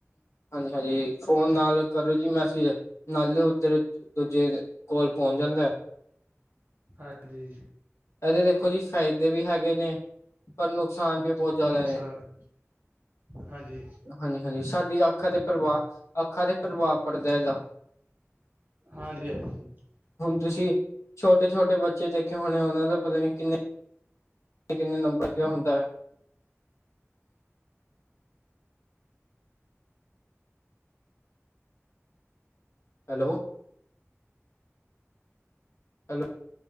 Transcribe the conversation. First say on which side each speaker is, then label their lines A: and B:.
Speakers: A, on the left (about 70°); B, on the right (about 40°).
A: ਹਾਂਜੀ ਹਾਂਜੀ ਫੋਨ ਨਾਲ ਕਰੋ ਜੀ ਮੈਸੇਜ ਨਾਲ ਉੱਧਰ ਦੂਜੇ ਕੋਲ ਪਹੁੰਚ ਜਾਂਦਾ।
B: ਹਾਂਜੀ,
A: ਇਹਦੇ ਦੇਖੋ ਜੀ ਫ਼ਾਇਦੇ ਵੀ ਹੈਗੇ ਨੇ ਪਰ ਨੁਕਸਾਨ ਵੀ ਬਹੁਤ ਜ਼ਿਆਦਾ
B: ਨੁਕਸਾਨ
A: ਨੇ।
B: ਹਾਂਜੀ,
A: ਹਾਂਜੀ-ਹਾਂਜੀ, ਸਾਡੀ ਅੱਖਾਂ ਤੇ ਪਰਵਾ ਅੱਖਾਂ ਤੇ ਪ੍ਭਾਵ ਪੜਦਾ ਏਦਾਂ
B: ਹਾਂਜੀ ਹਾਂਜੀ
A: ਤੁਸੀਂ ਛੋਟੇ ਛੋਟੇ ਬੱਚੇ ਦੇਖੇ ਹੋਣੇ ਉਹਨਾਂ ਦਾ ਪਤਾ ਨੀ ਕਿੰਨੇ ਕਿੰਨੇ ਨੰਬਰ ਹੁੰਦਾ hello, hello